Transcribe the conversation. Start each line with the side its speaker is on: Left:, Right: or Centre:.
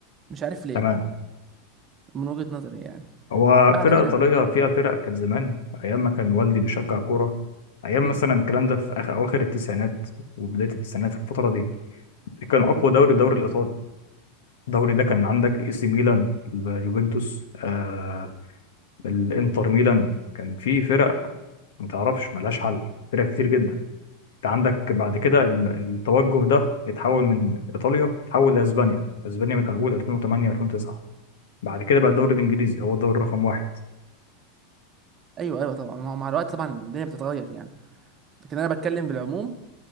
Right: مش عارف ليه
Left: تمام
Right: من وجهة نظري يعني
Left: هو
Right: بعد
Left: فرقة
Right: كده
Left: إيطالية فيها فرق كانت زمان أيام ما كان والدي بيشجع كورة أيام
Right: مم.
Left: مثلا الكلام ده في آخر أواخر التسعينات وبداية التسعينات في الفترة دي كان أقوى دوري الدوري الإيطالي الدوري ده كان عندك إي سي ميلان اليوفنتوس آه الإنتر ميلان كان في فرق متعرفش ملهاش حل فرق كتير جدا أنت عندك بعد كده ال- التوجه ده اتحول من إيطاليا اتحول لأسبانيا أسبانيا من أول 2008 2009 بعد كده بقى الدوري الإنجليزي هو الدوري رقم واحد
Right: ايوه ايوه طبعا ما هو مع الوقت طبعا الدنيا بتتغير يعني لكن انا بتكلم بالعموم